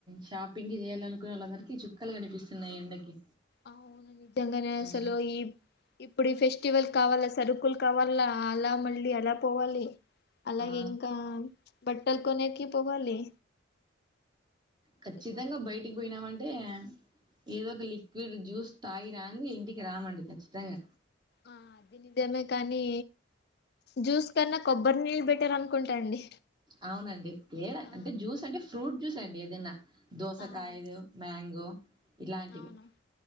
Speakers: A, on the right; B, on the left.
A: షాపింగ్ జేయాలనుకున్న వరకి చుప్ క్కలు కనిపిస్తున్నాయి ఎండకి
B: అవును నిజంగానే అసలు
A: ఆ
B: ఈ ఇప్పుడు ఈ ఫెస్టివల్ కావాలా సరుకులు కావాలా, అలా మళ్ళీ అలా పోవాలి, అలాగే
A: ఆ
B: ఇంకా ప్చ్ బట్టలు కొనేకి పోవాలి.
A: ఖచ్చితంగా
B: సో
A: బయటికి బోయినామం టే ఏదో ఒక లిక్విడ్ జ్యూస్ తాగి రాంది ఇంటికి రామండి ఖచ్చితంగా
B: ఆ అది నిజమే కానీ జ్యూస్ కన్నా కొబ్బరి నీళ్ళు బెటర్ అనుకుంటా అండి
A: అవునండి లేదా
B: ఆ
A: అంటే జ్యూస్ అంటే ఫ్రూట్ జూస్ అండి ఎదన్న దోసకాయదో
B: అవును
A: మాంగో ఇలాంటివి
B: అవును